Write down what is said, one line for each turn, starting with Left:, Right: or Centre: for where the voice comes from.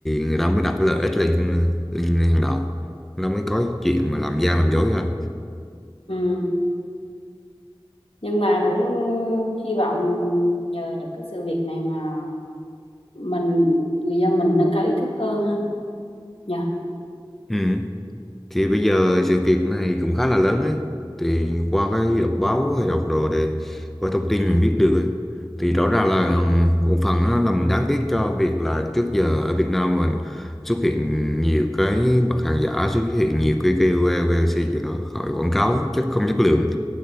Centre: người ta mới đặt cái lợi ích lên lên, lên hàng đầu nó mới có chuyện
Left: ừ.
Centre: mà làm gian làm dối ra
Left: ừ. nhưng mà cũng hy vọng nhờ những cái sự việc này mà mình người dân mình nâng cao ý thức hơn ha nhờ
Centre: ừ. thì bây giờ sự việc này cũng khá là lớn ấy thì qua cái đọc báo hay đọc đồ để qua thông tin mình biết được ấy. thì rõ ràng là một phần á, là mình đáng tiếc cho việc là trước giờ ở Việt Nam mình xuất hiện nhiều cái mặt hàng giả xuất hiện nhiều cái KOL, KOC gì đó khỏi quảng cáo chắc không chất lượng